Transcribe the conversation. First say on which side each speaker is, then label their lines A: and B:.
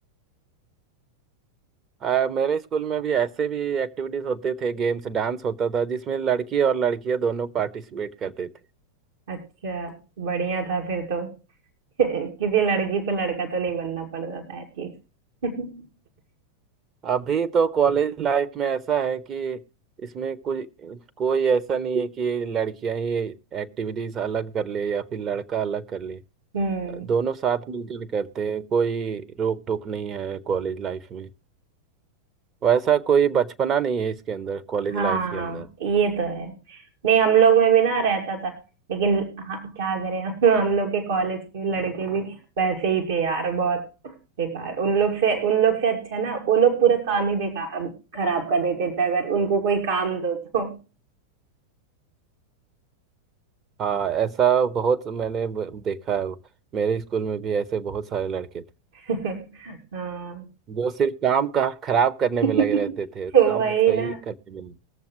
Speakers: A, on the right; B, on the right.
A: अ, मेरे स्कूल में भी ऐसे भी एक्टिविटीज होते थे गेम्स डांस होता था जिसमें लड़की और लड़कियां दोनों पार्टिसिपेट करते थे
B: अच्छा बढ़िया था फिर तो <laughs> किसी लड़की को लड़का तो नहीं बनना पड़ता था एटलीस्ट <laughs>
A: अभी तो कॉलेज लाइफ में ऐसा है कि इसमें कोई कोई ऐसा नहीं है कि लड़कियां ही एक्टिविटीज अलग कर ले या फिर लड़का अलग कर ले
B: हम्म
A: दोनों साथ मिलकर करते हैं कोई रोक टोक नहीं है कॉलेज लाइफ में वैसा कोई बचपना नहीं है इसके अंदर कॉलेज
B: हाँ
A: लाइफ के अंदर
B: ये तो है नहीं हम लोग में भी ना रहता था लेकिन हाँ, क्या करें हम <laughs> हम लोग के कॉलेज के लड़के भी वैसे ही थे यार बहुत बेकार उन लोग से उन लोग से अच्छा ना वो लोग पूरा काम ही बेकार खराब कर देते थे अगर उनको कोई काम दो तो
A: हाँ ऐसा बहुत मैंने ब- देखा है मेरे स्कूल में भी ऐसे बहुत सारे लड़के थे
B: <laughs> हाँ
A: जो सिर्फ काम का खराब करने
B: <laughs>
A: में लगे रहते थे काम
B: तो वही
A: सही
B: ना
A: करने में